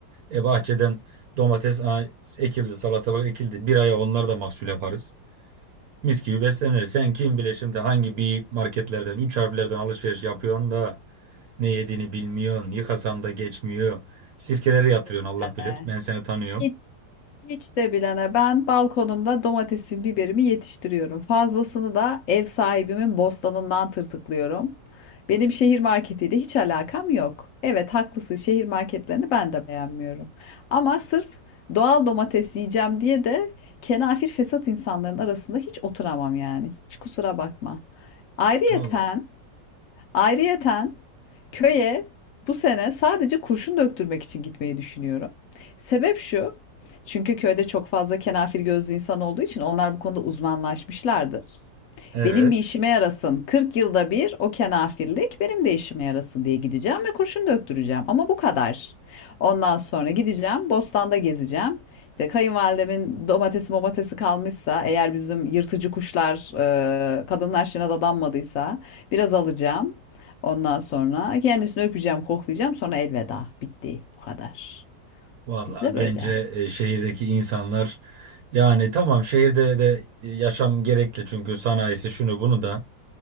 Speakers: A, on the right; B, on the left.
A: E bahçeden domates a- ekildi, salatalık ekildi. Bir aya onlar da mahsul yaparız. Mis gibi besleniriz. Sen kim bile şimdi hangi bir marketlerden, üç harflerden alışveriş yapıyorsun da ne yediğini bilmiyorsun. Yıkasanda geçmiyor. Sirkelere
B: Hiç
A: yatırıyorsun
B: de bile
A: Allah bilir.
B: de.
A: Ben seni tanıyorum.
B: Hiç Hiç de bilene ben balkonumda domatesimi, biberimi yetiştiriyorum. Fazlasını da ev sahibimin bostanından tırtıklıyorum. Benim şehir marketiyle hiç alakam yok. Evet haklısın şehir marketlerini ben de beğenmiyorum. Ama sırf doğal domates yiyeceğim diye de kenafir fesat insanların arasında hiç oturamam yani. Hiç kusura bakma. Ayrıyeten
A: Vallahi.
B: Ayrıyeten köye bu sene sadece kurşun döktürmek için gitmeyi düşünüyorum. Sebep şu, çünkü köyde çok fazla kenafir gözlü insan olduğu için onlar bu konuda uzmanlaşmışlardır.
A: Evet.
B: Benim bir işime yarasın. 40 yılda bir o kenafirlik benim de işime yarasın diye gideceğim ve kurşun döktüreceğim. Ama bu kadar. Ondan sonra gideceğim, bostanda gezeceğim. İşte kayınvalidemin domatesi momatesi kalmışsa, eğer bizim yırtıcı kuşlar, e, kadınlar şeyine dadanmadıysa biraz alacağım. Ondan sonra kendisini öpeceğim, koklayacağım. Sonra elveda. Bitti. Bu kadar.
A: Valla
B: Bizde böyle.
A: bence e, şehirdeki insanlar yani tamam şehirde de e, yaşam gerekli çünkü sanayisi şunu bunu da.